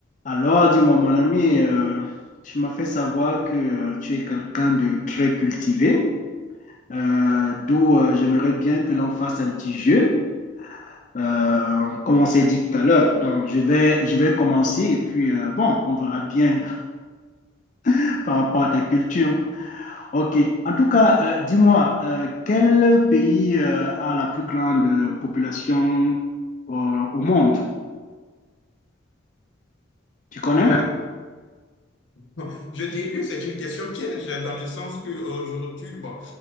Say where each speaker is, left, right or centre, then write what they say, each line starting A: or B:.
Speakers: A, on the left; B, on the left.
A: Alors, dis-moi, mon ami, euh, tu m'as fait savoir que euh, tu es quelqu'un de très cultivé, euh, d'où euh, j'aimerais bien que l'on fasse un petit jeu, euh, comme on s'est dit tout à l'heure. Donc, je vais, je vais commencer et puis, euh, bon, on verra bien <laughs> par rapport à ta culture. OK. En tout cas, euh, dis-moi, euh, quel pays euh, a la plus grande euh, population euh, au monde? Tu connais?
B: Euh, <laughs> je dirais que c'est une question piège dans le sens que aujourd'hui, bon,